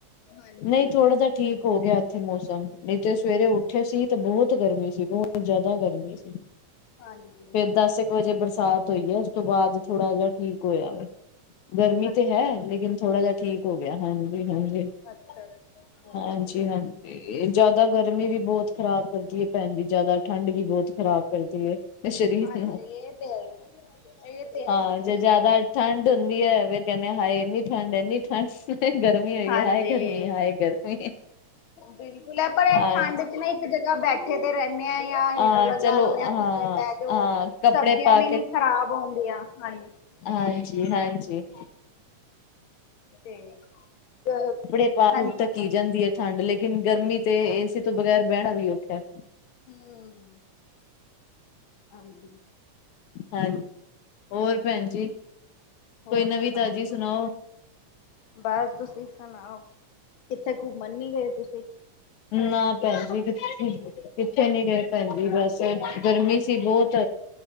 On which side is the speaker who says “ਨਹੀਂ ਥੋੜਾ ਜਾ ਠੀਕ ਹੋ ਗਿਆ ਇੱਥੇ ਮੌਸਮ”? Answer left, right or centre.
Left